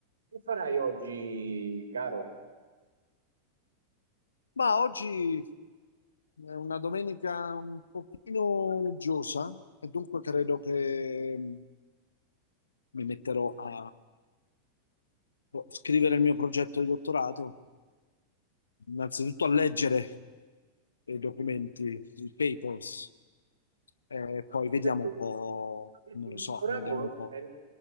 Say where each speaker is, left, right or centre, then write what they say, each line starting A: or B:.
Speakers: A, on the right; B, on the left.
A: Che farai oggi, caro?
B: Ma oggi è una domenica un pochino uggiosa e dunque credo che mh, mi metterò a boh, scrivere il mio progetto di dottorato, innanzitutto a leggere i documenti, i papers, e
A: Il
B: poi vediamo
A: progetto,
B: un po',
A: il
B: non
A: progetto di
B: lo so,
A: dottorato
B: vediamo un po'.
A: è, il